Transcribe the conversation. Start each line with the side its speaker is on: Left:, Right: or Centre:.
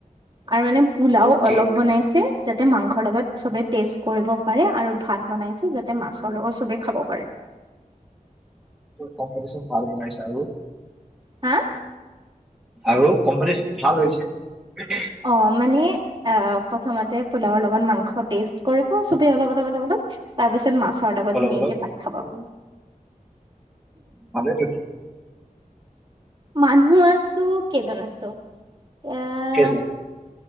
Right: আৰু মানে পোলাও
Centre: অকে
Right: অলপ বনাইছে যাতে মাংসৰ লগত চবে টেষ্ট কৰিব পাৰে আৰু ভাত বনাইছে যাতে মাছৰ লগত চবেই খাব পাৰে।
Centre: কম্বিনেচন ভাল বনাইছে। আৰু
Right: হা
Centre: আৰু কম্পানীটো ভাল হৈছে ।
Right: অ' মানে অ' প্ৰথমতে পোলাওৰ লগত মাংস টেষ্ট কৰিব চবে অলপ-অলপ-অলপ তাৰপিছত মাছ মাছৰ লগত
Centre: অলপ
Right: ধুনীয়াকে
Centre: অলপ
Right: ভাত খাব ।
Centre: ভালে দিয়ক ।
Right: মানুহ আছো, কেইজন আছো। এ'
Centre: কেইজন